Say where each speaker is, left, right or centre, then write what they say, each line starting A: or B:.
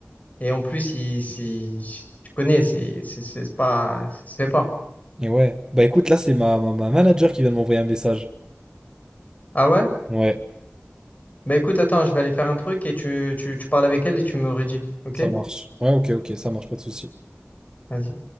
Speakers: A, on the left; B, on the right.
A: Et en plus, il, si si, tu connais, c'est c'est- c'est pas. C'est pas.
B: Et ouais. Bah écoute, là, c'est ma, ma, ma manager qui vient de m'envoyer un message.
A: Ah ouais?
B: Ouais,
A: Bah écoute, attends, je vais aller faire un truc et tu, tu, tu parles avec elle et tu me redis. Ok?
B: ça marche. Ouais, ok, ok, ça marche, pas de souci.
A: Vas-y.